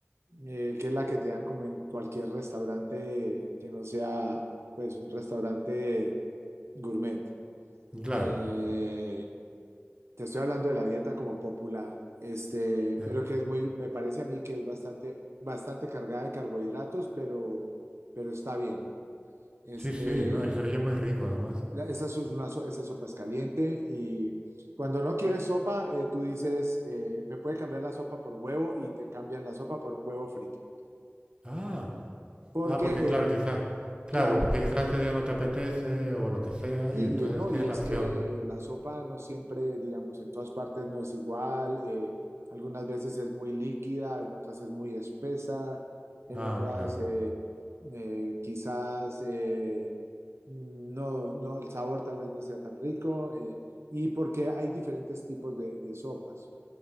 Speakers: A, on the right; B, on the right.
A: eh, que es la que te dan como en cualquier restaurante que no sea pues un restaurante gourmet.
B: Claro.
A: Eh, te estoy hablando de la dieta como popular, este,
B: eh,
A: pero que es muy, me parece a mí que es bastante, bastante cargada de carbohidratos, pero, pero está bien. Este,
B: Sí, sí, no, y se oye muy rico además.
A: la- esa, so- es una, so- esa sopa es caliente y cuando no quieres sopa, eh, tú dices, eh, me puede cambiar la sopa por huevo y te cambian la sopa por un huevo frito.
B: Ah,
A: Porque,
B: ah, porque claro,
A: eh,
B: quizás, claro,
A: la-
B: porque quizás ese día no te apetece o lo que sea,
A: Sí,
B: y entonces
A: no,
B: tienes
A: y es
B: la opción.
A: que la sopa no siempre, digamos, en todas partes no es igual. eh, algunas veces es muy líquida, en otras es muy espesa, en
B: Ah,
A: otras
B: claro.
A: eh, eh, quizás eh, no, no, el sabor tal vez no sea tan rico. eh, y porque hay diferentes tipos de, de sopas